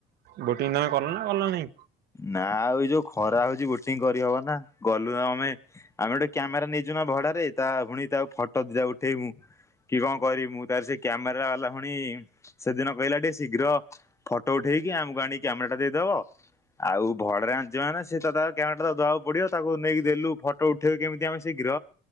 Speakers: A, on the right; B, on the left.
A: ବୋଟିଂ ତମେ କଲ ନା କଲ ନାହିଁ?
B: ନା ଆଉ ଏ ଯୋଉ ଖରା ହଉଚି ଗୋଟିଏ କ ହବ ନା ଗଲୁ ଆ ଆମେ- ଆମେ ଗୋଟେ କ୍ୟାମେରା ନେଇଛ ଭଡାରେ ତା ପୁଣି ତାକୁ ଫଟ ଦିଦ ଉଠେଇବୁ କି କଣ କରିବମୁ ତାାର ସେ କ୍ୟାମେରା ବାଲା ଭୁଣି ସେଦିନ କହିଲା ଟିକେ ଶୀଘ୍ର ଫଟୋ ଉଠେଇକି ଆମକୁ ଆଣିକି କ୍ୟାମେରା ଟା ଦେଇଦବ ଆଉ ଭଡାରେ ଆଣିିବ ମାନ ସେ ତା କ୍ୟାମେରା ତା ଦବାକୁ ପଡିବ ତାକୁ ନେଇକି ଦେଲୁ ଫଟୋ ଉଠେଇବୁ କେମିତି ଆମେ ଶୀଘ୍ର